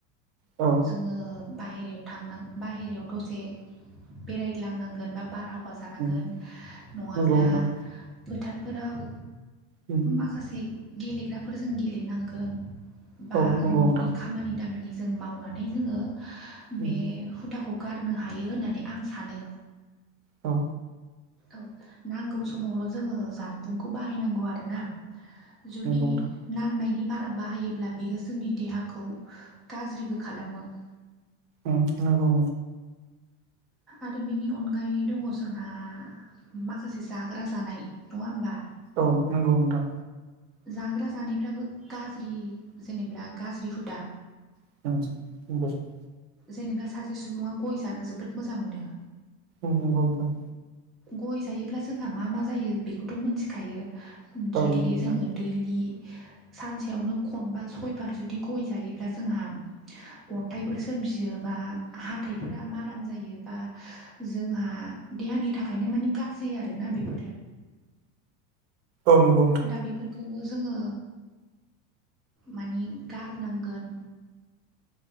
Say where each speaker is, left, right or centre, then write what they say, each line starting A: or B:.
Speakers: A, on the right (about 70°); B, in the centre.
A: औ
B: जोङो बाहेरायाव थांन बाहेरायाव दसे बेरायग्लांनांगोन बा बारहाव हा जानांगोन
A: उम
B: नंङाब्ला
A: नंगौ नोंथां
B: फोथारफोराव
A: उम
B: माखासे गेलेग्राफोरजों गेलेनांगोन बा
A: औ नंगौ
B: न'नि
A: नोंथां
B: खामानि दामानि जों मावनानै जोङो
A: उम
B: बे हुदाखौ गारनो हायो होननानै आं सानो
A: औ
B: औ नांगौ समावल' जोंङो जानबुंखौ बाहायनांगौ आरोना जुदि
A: नंगौ
B: नांनायनि बारा बाहायोब्ला बेयो जोंनि देहाखौ गाज्रिबो खालामो <unintelligible>
A: ओं नंगौ
B: आरो बेनि अनगायै दंङो जोंहा माखासे जाग्रा जानाय नङा होमबा
A: औ नंगौ नोंथां
B: जाग्रा जानायफ्राबो गाज्रि जेनेब्ला गाज्रि हुदा
A: <unintelligible>
B: जेनेबा सासे सुबुंङा गय जानो जोबोद मोजां मोनो
A: उम
B: गय जायोब्ला जोंहा मा मा जायो बेखौथ' मोनथिखायो जुदि
A: औ नंगौ नोंथां
B: जोंङो दैलि सानसेयावनो खनबा सयबार जुदि गय जायोब्ला जोंहा अन्थाइफोर सोमजियोबा हााइफोरा मा आराम जायोबा जोंहा देहानि थाखायनो मानिे गाज्रि आरोना बेफोरो
A: उम नंगौ उम नंगौ नोंथां
B: दा बेफोरखौ बेखौबो जोङो माने गारनांगोन